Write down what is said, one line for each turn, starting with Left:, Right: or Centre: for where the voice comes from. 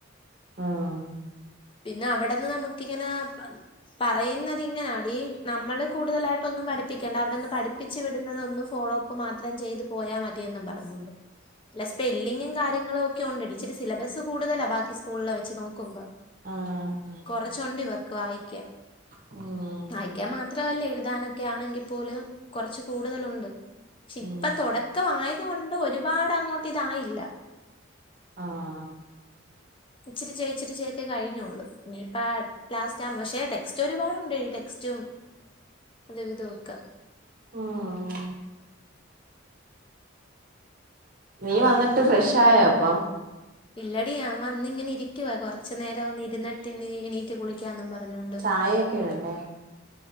Right: ആഹ്
Left: പിനെ അവ്ടന്ന് ന്നമക്കിങ്ങനാ പറയുന്നത് ഇങ്ങനാടി ന്നമ്മള് കൂടുതലായിട്ട് ഒന്നും പഠിപ്പിക്കണ്ട അവിടന്ന് പഠിപ്പിച്ച് വിടുന്നതൊന്ന് ഫോളോപ്പ് പ്പ മാത്രം ചെയ്തു പോയാ മതിയെന്നും പറഞ്ഞൊണ്ട് അല്ല സ്പെല്ലിങ്ങും കാര്യങ്ങളും ഒക്കെ ഉണ്ടെടി ഇച്ചിരി സിലബസ് കൂടുതലാ ബാക്കി സ്കൂളിലെ വെച്ച് നോക്കുമ്പോ.
Right: ആ ആ
Left: കൊറച്ചുണ്ട് ഇവർക്ക് വായിക്കാൻ
Right: ഉം
Left: വായ്ക്കാൻ മാത്രം പേർ ലെഴുതാനൊക്കെ ആണെങ്കി പോലും കൊറച്ച് കൂടുതലുണ്ട് പക്ഷെ
Right: ഉം
Left: ഇപ്പ തൊടക് ക്ക വായത് കൊണ്ട് ഒരുപാട് അങ്ങോട്ട് ഇതായില്ല.
Right: ആഹ്
Left: ഇച്ചിരി ചേ ഇച്ചിരി ചെ ക്കെ കയ്ഞ്ഞൊള്ള് ഇനിപ്പ ലാസ്റ്റാണ് പശേ ട്ടെക്സ്റ്റ് ഒരുപാടുണ്ട് ഈ ട്ടെക്സ്റ്റും അതു വിതു ഒക്കെ.
Right: ആഹ് നീ വന്നിട്ട് ഫ്രഷായോ അപ്പം.
Left: ഇല്ലടി ഞാൻ വന്നിങ്ങനെ ഇരിക്കുവ കൊറച്ച്ന്നേരവൊന്നിര്ന്നട്ട് ഇന്ന് ഇനി എണീറ്റ് കുളിക്കാന്നും പറഞ്ഞോണ്ട്.
Right: ആയേക്കിടണ്ടേ?